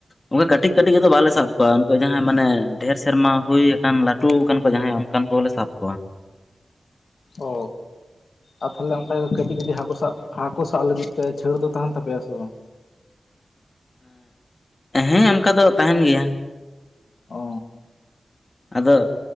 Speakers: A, on the left; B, on the left.
A: ᱚᱱᱠᱟ ᱠᱟᱹᱴᱤᱡ ᱠᱟᱹᱴᱤᱡ ᱠᱚᱫᱚ ᱵᱟᱞᱮ ᱥᱟᱵ ᱠᱚᱣᱟ ᱩᱱᱠᱩ ᱡᱟᱦᱟᱸᱭ ᱢᱟᱱᱮ ᱰᱷᱮᱨ ᱥᱮᱨᱢᱟ ᱦᱩᱭ ᱟᱠᱟᱱ ᱞᱟᱹᱴᱩ ᱟᱠᱟᱱ ᱠᱚ ᱡᱟᱦᱟᱸᱭ ᱚᱱᱠᱟᱱ ᱠᱚᱞᱮ ᱥᱟᱵ ᱠᱚᱣᱟ <inaudible>
B: ᱚ ᱟᱨ ᱛᱟᱦᱚᱞᱮ ᱚᱱᱠᱟ ᱠᱟᱹᱴᱤᱡ ᱠᱟᱹᱴᱤᱡ ᱦᱟᱹᱠᱳ ᱥᱟᱵ ᱦᱟᱹᱠᱳ ᱥᱟᱵ ᱞᱟᱹᱜᱤᱫ ᱛᱮ ᱪᱷᱟᱹᱲ ᱫᱚ ᱛᱟᱦᱮᱱ ᱛᱟᱯᱮᱭᱟ ᱥᱮ ᱵᱟᱝ?
A: ᱮᱸᱜ ᱦᱮᱸ ᱚᱱᱠᱟ ᱫᱚ ᱛᱟᱦᱮᱱ ᱜᱮᱭᱟ
B: ᱚ
A: ᱟᱫᱚ